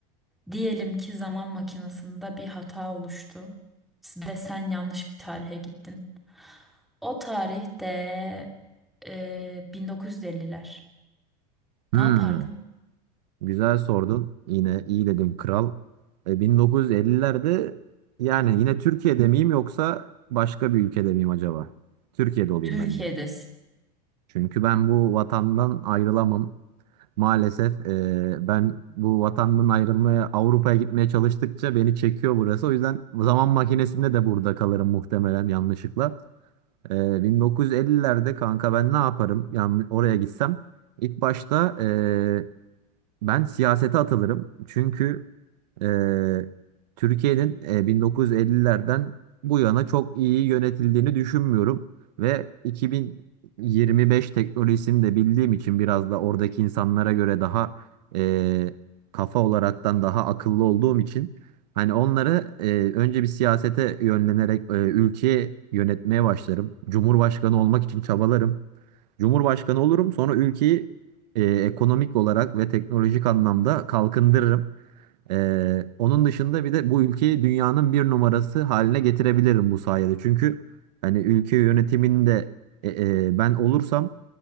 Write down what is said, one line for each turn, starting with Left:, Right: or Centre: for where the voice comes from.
Centre: Diyelim ki zaman makinesinde bir hata oluştu ve sen yanlış bir tarihe gittin. O tarihte e, 1950'ler.
Right: Hmm.
Centre: Ne yapardın?
Right: Güzel sordun. Yine iyi dedin kral. E, 1950'lerde yani yine Türkiye'de miyim yoksa başka bir ülkede miyim acaba? Türkiye'de olayım
Centre: Türkiye'de
Right: bence. Çünkü ben bu vatandan ayrılamam. Maalesef e, ben bu vatandan ayrılmaya Avrupa'ya gitmeye çalıştıkça beni çekiyor burası. O yüzden zaman makinesinde de burada kalırım muhtemelen yanlışlıkla. E, 1950'lerde kanka ben ne yaparım? Yani oraya gitsem. İlk başta e, ben siyasete atılırım. Çünkü eee, Türkiye'nin eee, 1950'lerden bu yana çok iyi yönetildiğini düşünmüyorum. Ve 2025 teknolojisini de bildiğim için biraz da oradaki insanlara göre daha eee, kafa olaraktan daha akıllı olduğum için hani onları eee, önce bir siyasete yönlenerek eee, ülkeyi yönetmeye başlarım. Cumhurbaşkanı olmak için çabalarım. Cumhurbaşkanı olurum sonra ülkeyi e, ekonomik olarak ve teknolojik anlamda kalkındırırım. E, onun dışında bir de bu ülkeyi dünyanın bir numarası haline getirebilirim bu sayede. Çünkü hani ülke yönetiminde e, e, ben olursam